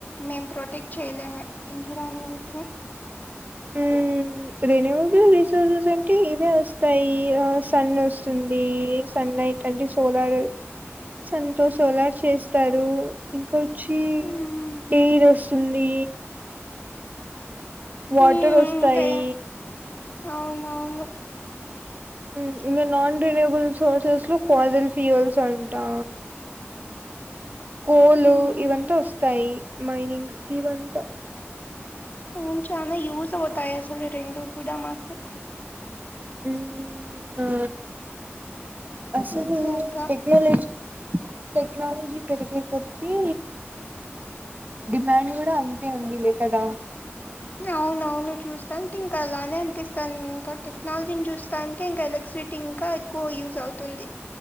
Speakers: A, on the left; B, on the right.
A: మేము ప్రొటెక్ట్ చేయలేమే ఎన్విరాన్మెంట్ ని
B: ఉ రెన్వబుల్ రిసోర్సెస్ అంటే ఇవే వస్తాయి ఆ సన్నోస్తుంది స న్ లైట్ అంటే సోలార్ సన్ తో సోలార్ చేస్తారు కోచ్చి
A: మ్మ్.
B: ఏయిరస్తుంది వాటర్
A: హ్మ్
B: వస్తాయి
A: ఇంకా అవునవును
B: ఉమ్ ఇంగ నాన్ రినయబుల్ సోర్సస్ లో ఫజల్ ఫ్యూవల్స్ అంటా హోలు
A: హ్మ్
B: ఇవంతా వస్తాయి మైనింగ్స్కివంట
A: ఔన్ చానా యూస్ అవుతాయి అసలు రెండు కూడా మాకు
B: ఉమ్ ఆ అసలు
A: ఎగ్జాక్ట్ గా
B: టెక్నాలజ్ టేక్నాలజీ పెరిగేకొద్దీ డిమాండ్ కూడా అంతే ఉంది లే కదా
A: అవున అవును చూస్తాంటే ఇంకా అలానే అనిపిస్తాంది ఇంకా టెక్నాలజీని చూస్తాంటే ఇంకా ఎల స్రిటి ఇంకా ఎక్కువ యూజ్ అవుతుంది